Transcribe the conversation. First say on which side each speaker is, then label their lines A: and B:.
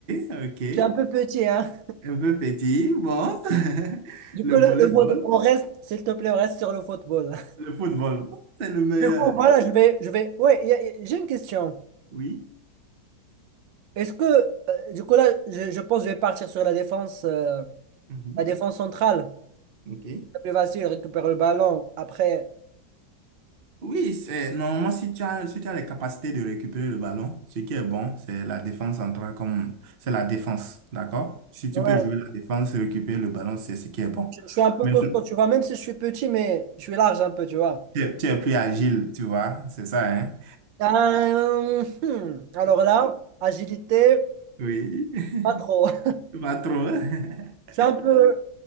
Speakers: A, on the right; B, on the right.
A: ok.
B: Je suis un peu petit. Hein.
A: Un peu petit, bon. <laughs>
B: Du
A: Le
B: coup, le,
A: volleyball,
B: le foot- on reste, s'il te plaît, on reste sur le football.
A: le football, c'est le meilleur.
B: Du coup, voilà, je vais, je vais. Ouais, il y a- j'ai une question.
A: Oui.
B: Est-ce que, euh, du coup, là, je, je pense que je vais partir sur la défense, euh,
A: Mhm.
B: la défense centrale.
A: Ok.
B: C'est plus facile, récupérer le ballon. Après,
A: Oui, c'est normalement si tu as si tu as les capacités de récupérer le ballon, ce qui est bon, c'est la défense centrale comme c'est la défense, d'accord? Si tu
B: ouais.
A: peux jouer la défense, récupérer le ballon, c'est ce qui est bon.
B: Je, je suis un peu
A: Mais
B: costaud, tu vois, même si je suis petit, mais je suis large un peu, tu vois.
A: tu es, tu es plus agile, tu vois, c'est ça, hein?
B: Euh, hmm, Alors là, agilité,
A: Oui, <laughs>
B: pas trop. <laughs>
A: pas trop. <laughs>
B: Je suis un peu,